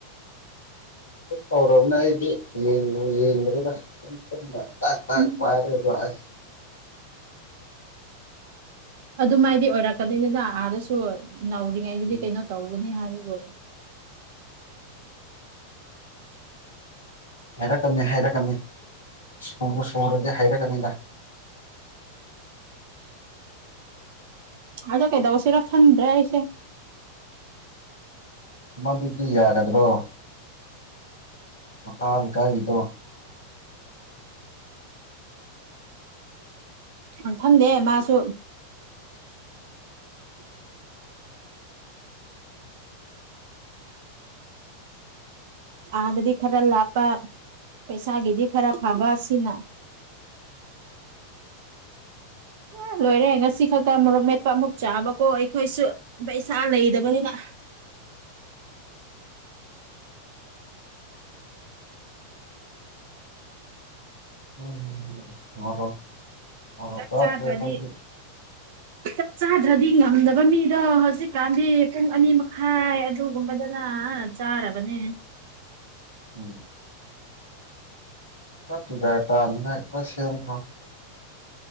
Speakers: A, on the left; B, on the right.
A: <unintelligible> ꯇꯧꯔꯕꯅꯦ ꯑꯩꯗꯤ ꯌꯦꯡꯕꯨ ꯌꯦꯡꯗꯔꯦꯗꯥ ꯇꯥꯛ ꯇꯥꯛ
B: ꯎꯝ
A: ꯄꯥꯏꯔꯒ <unintelligible>
B: ꯑꯗꯨꯃꯥꯏꯗꯤ ꯑꯣꯏꯔꯛꯀꯅꯤꯗꯅ ꯑꯥꯗꯁꯨ ꯅꯧꯔꯤꯉꯩꯗꯗꯤ
A: ꯎꯝ
B: ꯀꯩꯅꯣ ꯇꯧꯒꯅꯤ ꯍꯥꯏꯕꯕꯨ
A: ꯍꯥꯏꯔꯛꯀꯅꯤ ꯍꯥꯏꯔꯛꯀꯅꯤ ꯁꯨꯕꯨ ꯁꯨꯔꯗꯤ ꯍꯥꯏꯔꯛꯀꯅꯤꯗ
B: ꯑꯗꯣ ꯀꯩꯗꯧꯁꯤꯔꯥ ꯈꯪꯗ꯭ꯔꯦ ꯑꯩꯁꯦ
A: ꯃꯗꯨꯗꯤ ꯌꯥꯔꯗ꯭ꯔꯣ ꯃꯈꯥ ꯀꯥꯏꯔꯤꯗꯣ
B: ꯑꯪꯊꯟꯗꯦ ꯃꯥꯁꯨ ꯑꯥꯗꯗꯤ ꯈꯔ ꯂꯥꯞꯄ ꯄꯩꯁꯥꯒꯤꯗꯤ ꯈꯔ ꯐꯕ ꯁꯤꯅ ꯑ ꯂꯣꯏꯔꯦ ꯉꯁꯤ ꯈꯛꯇ ꯃꯣꯔꯣꯛ ꯃꯦꯄ ꯑꯃꯨꯛ ꯆꯥꯕꯀꯣ ꯑꯩꯈꯣꯏꯁꯨ ꯕꯩꯁꯥ ꯂꯩꯗꯕꯅꯤꯅ
A: <unintelligible> ꯃꯣꯔꯣꯛ ꯃꯣꯔꯣꯛ
B: ꯆꯥꯛ
A: ꯆꯥꯗ꯭ꯔꯦ
B: ꯆꯥꯗ꯭ꯔꯗꯤ
A: ꯑꯩꯈꯣꯏꯗꯤ
B: ꯆꯞ ꯆꯥꯗ꯭ꯔꯗꯤ ꯉꯝꯗꯕ ꯃꯤꯗꯣ ꯍꯧꯖꯤꯛꯀꯥꯟꯗꯤ ꯄꯨꯡ ꯑꯅꯤ ꯃꯈꯥꯏ ꯑꯗꯨꯒꯨꯝꯕꯗꯅ ꯆꯥꯔꯕꯅꯦ
A: ꯎꯝ <unintelligible>